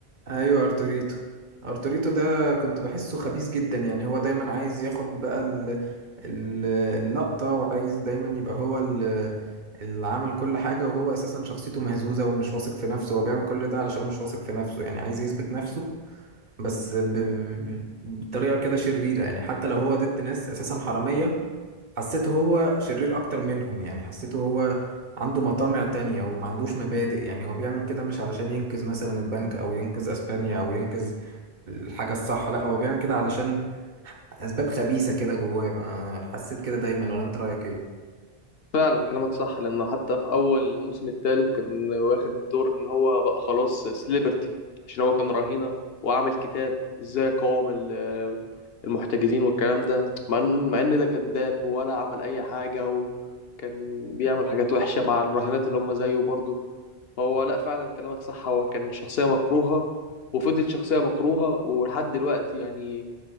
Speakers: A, on the right (about 50°); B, on the left (about 70°).
A: ايوه ارتوريتو ارتوريتو ده كنت بحسه خبيث جدا يعني هو دايما عايز ياخد بقى ال... ال- اللقطة وعايز دايما يبقى هو ال- اللي عمل كل حاجة وهو اساسا شخصيته مهزوزة ومش واثق في نفسه هو بيعمل كل ده علشان مش واثق في نفسه يعني عايز يثبت نفسه بس ب... ب- بطريقة كده شريرة يعني حتى لو هو ضد ناس أساسا حرامية حسيته هو شرير أكتر منهم يعني حسيته هو عنده مطامع تانية وما عندوش مبادئ يعني هو بيعمل كده مش علشان ينقذ مثلا البنك أو ينقذ أسبانيا أو ينقذ الحاجة الصح لا هو بيعمل كده علشان أسباب خبيثة كده جواه ما حسيت كده دايما ولا أنت رأيك إيه؟
B: فعلا كلامك صح لانه حتى في اول الموسم الثالث كان واخد دور ان هو بقى خلاص سليبرتي عشان هو كان رهينه وعمل كتاب ازاي قاوم ال- المحتجزين والكلام ده مع ان مع ان ده كذاب ولا عمل اي حاجه وكان بيعمل حاجات وحشه مع الرهينات اللي هم زيه برضه هو لا فعلا كلامك صح هو كان شخصية مكروهة وفضل شخصية مكروهة ولحد دلوقتي يعني